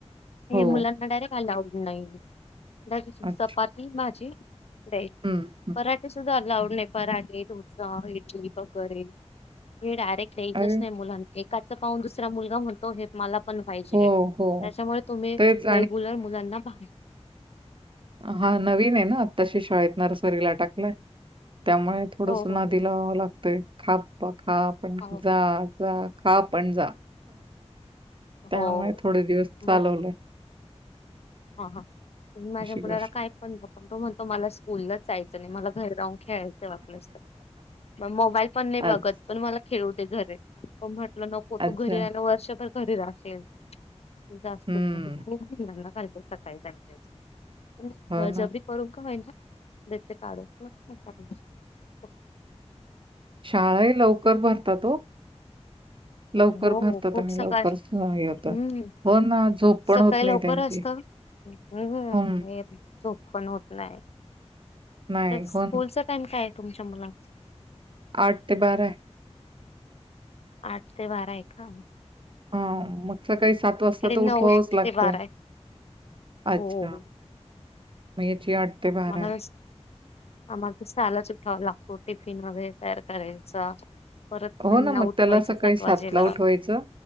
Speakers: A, on the left; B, on the right.
A: हे
B: हो.
A: मुलांना डायरेक्ट आलाव चपाती
B: अच्छा.
A: भाझी द्यायची,
B: हं, हं.
A: पराठे सुद्धा अलाउड पराठे <unintelligible> इडली, प वगैरे हे डायरेक्ट द्यायचच
B: अरे
A: नाही मुलां याच पाहून दुसरा मुलगा म्हणतो हे मला पण पाहिजेले
B: हो,
A: त्याच्यामुळे
B: हो.
A: तुम्ही
B: तेच
A: रेगुलर मुलांना भाज्
B: हा नवीन आहे ना, आता श शाळेत नरसरीला टाकलाय त्यामुळे थोडस
A: हो
B: नादी
A: हो
B: लावाव लागतय खाक खा पण
A: हो
B: जा, जा, खा पण जा. त्यामुळे
A: हो
B: थोडे दिवस चालवलेय.
A: बस हा हा तुम्ही माझ्या मुलाला
B: गोष्ट.
A: काय पण पण तो म्हणतो मला स्कूलला च जायच नाही मला घर राहून खेळायच वापलस मग मोबाईल पण नाही
B: अच्छा,
A: बघत पण मला खेळू दे घरी तुला नको
B: अच्छा.
A: तू घरी आल्याव वर्षभर घरी राहशील, तु जास्त
B: हं,
A: खूप चालत सकाळी <unintelligible>
B: हो
A: बळजबरी
B: ना.
A: करू का होईना जसे काढ <inaudible>
B: शाळाई लवकर भरतात ओ. लवकर
A: हो
B: भरतात
A: खूप
B: आणि
A: सकाळ
B: लवकर हे होतात.
A: हम्म
B: हो ना झोप पण
A: सकाळी
B: होत नाही
A: लवकर
B: त्यांची.
A: असत <unintelligible>
B: हं,
A: झोप पण होत नाई.
B: नाही.
A: स्कूलचा
B: हो ना.
A: टाइम काय ये तुमच्या मुलांच?
B: आठ ते बारा.
A: आठ ते बाराएका?
B: हा मग सकाळी सात वाजता तर
A: नऊ
B: उठवावंच लागतय.
A: ते बारा आहे
B: अच्छा,
A: हो
B: <unintelligible>
A: मला
B: आहे.
A: आम्हाला तर सहालाच उठावा लागतो. टिफिन वगैरे तयार करायचा परत
B: हो
A: त्यांना
B: ना मग
A: उठवायचं
B: त्याला सकाळी
A: सात
B: सातला
A: वाजेला
B: उठवायचं.